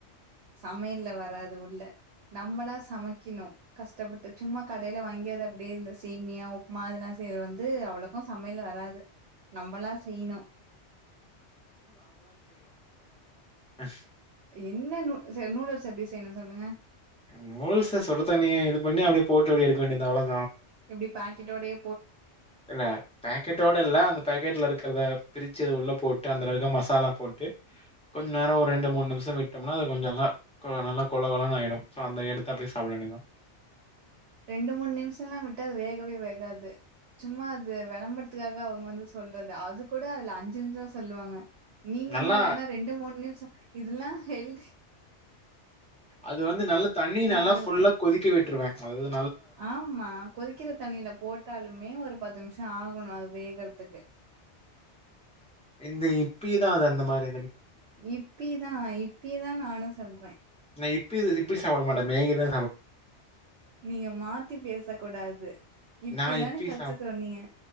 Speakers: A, on the right; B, in the centre.
A: சமையல்ல வராது உள்ள நம்மளாம் சமைக்கணும் கஷ்டப்பட்டு சும்மா கடையில வாங்கியது அப்படியே இந்த சேமியா உப்புமா அதெல்லாம் செய்றது வந்து அவ்ளோ சமையல் வராது நம்மளா செய்ணும்
B: அஹ்
A: என்ன நூ நூடூல்ஸ் எப்படி‌ செய்யணும்னு சொல்லுங்க
B: நூடூல்ஸ சுடு தண்ணீய இது பண்ணி போட்டு அப்படியே எடுக்க வேண்டியது அவள தான்
A: எப்படி பாக்கெட்டோடையெ
B: இல்ல பேக்கெட்டோட இல்ல அந்த பேக்கெட்ல இருக்கிறத பிரிச்சு அது உள்ள போட்டு ட்டு அதுல இருக்குற மசாலா போட்டு கொஞ்சம் நேரம் ஒரு ரெண்டு மூணு நிமிஷம் விட்டோம்னா அது கொஞ்சம் நல்லா கொல கொலன்னு ஆயிடும் அந்த எடுத்து அப்படியே சாப்ட வேண்டியதுதான்
A: ரெண்டு மூணு நிமிஷம் எல்லாம் விட்டு அது வேகவே வேகாது சும்மா அது விளம்புறதுக்காக அவங்க வந்து சொல்றது அது கூட அதுல அஞ்சு நிமிஷம் சொல்லுவாங்க நீங்க
B: நல்லா
A: என்னடானா ரெண்டு மூணு நிமிஷம் இதல்லா ஹெல்தி
B: அது வந்து நல்லா தண்ணி நல்லா
A: ஆகுறது?
B: ஃபுல்லா கொதிக்க வெட்டுருவேன் அதுத
A: ஆமா கொதிக்கிற தண்ணியில போட்டாலுமே ஒரு பத்து நிமிஷம் ஆகணும் அது வேக றுத்துக்கு
B: இந்த இப்பிதான் அது அந்த மாதிரி
A: இப்பிதா இப்பிதா நானு சொல்றேன்
B: நான் இப்பி து இப்பி சாப்ட மேடம் நீங்கதா
A: நீங்க மாத்தி பேசக்கூடாது இப்பிதானே
B: நான் இப்பி
A: ஃபஸ்ட்டு
B: சாப்
A: சொன்னீங்க